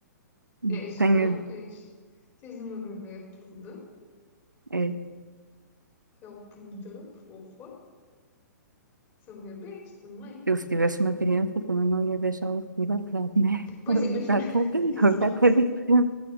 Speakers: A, on the right (about 85°); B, on the left (about 25°).
A: <laughs>
B: É gestão,
A: tenho,
B: tens, tens uma bebê peluda,
A: é,
B: felpuda, fofa. São bebês também.
A: eu se tivesse uma criança também não ia deixá-la subir ao telhado, né? <laughs>
B: Pois
A: O
B: imagina,
A: gato,
B: <laughs>
A: é
B: exato.
A: o gato é diferente.